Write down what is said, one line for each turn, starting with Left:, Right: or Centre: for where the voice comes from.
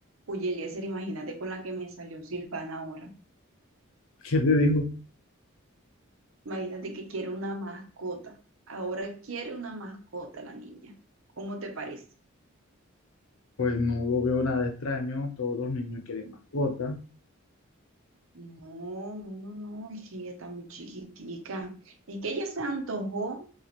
Right: Oye, Eliezer, imagínate con la que me salió Silvana ahora.
Left: ¿Qué te dijo?
Right: Imagínate que quiere una mascota. Ahora quiere una mascota la niña. ¿Cómo te parece?
Left: Pues no lo veo nada extraño, todos los niños quieren mascotas.
Right: No, no, no, no, es que ella está muy chiquitica. Es que ella se antojó,